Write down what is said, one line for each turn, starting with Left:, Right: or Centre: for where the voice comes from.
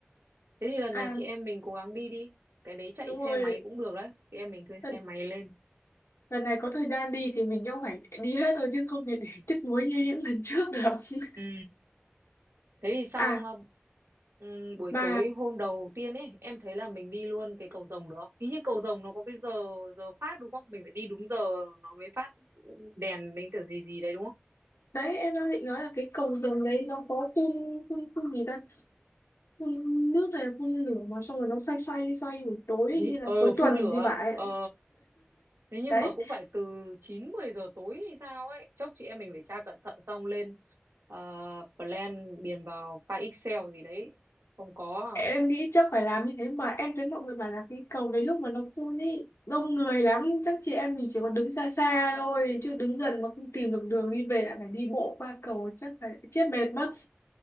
Right: Thế thì lần
Left: À
Right: này chị em mình cố gắng đi đi. Cái đấy chạy
Left: đúng
Right: xe
Left: rồi,
Right: máy cũng được đấy. Chị em mình thuê xe
Left: lần,
Right: máy lên.
Left: lần này có thời gian đi thì mình cũng phải đi hết thôi chứ không thể để <laughs> tiếc nuối như những lần trước được. <laughs>
Right: Ừ. Thế thì xong
Left: À
Right: ờ, ừ, buổi
Left: mà
Right: tối hôm đầu tiên ấy, em thấy là mình đi luôn cái cầu Rồng được không? Hình như cầu Rồng nó có cái giờ giờ phát đúng không? Mình phải đi đúng giờ nó mới phát đèn mấy cái gì gì đấy đúng không?
Left: đấy em đang định nói là cái cầu Rồng đấy nó có phun, phun, phun gì ta? Phun nước hay phun lửa mà xong rồi nó xoay xoay xoay buổi tối
Right: Hi-
Left: như là
Right: Ờ
Left: cuối
Right: phun
Left: tuần
Right: lửa.
Left: thì phải
Right: Ờ thế nhưng
Left: đấy
Right: mà cũng phải từ 9 10 giờ tối hay sao ấy. Chốc chị em mình phải tra cẩn thận xong lên ờ, plan điền vào file Excel gì đấy. Không có
Left: em
Right: à?
Left: nghĩ chắc phải làm như thế mà em thấy mọi người bảo là cái cầu đấy lúc mà nó phun ý đông người lắm chắc chị em mình chỉ có đứng xa xa thôi chứ đứng gần mà không tìm được đường đi về lại phải đi bộ qua cầu chắc phải chết mệt mất